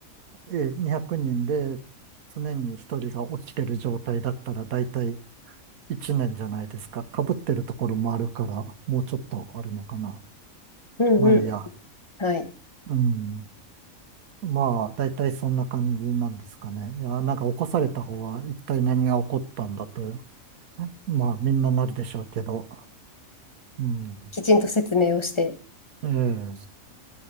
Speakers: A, on the right; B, on the left.
A: えー、2人で常に一人が起きてる状態だったら、だいたい一年じゃないですか。被ってるところもあるから、もうちょっとあるのかな。
B: うんう
A: まあいいや。
B: ん。はい。
A: うん。まあ、だいたいそんな感じなんですかね。いや、なんか起こされた方は一体何が起こったんだと、まあみんななるでしょうけど。うん。
B: きちんと説明をして。
A: ええ。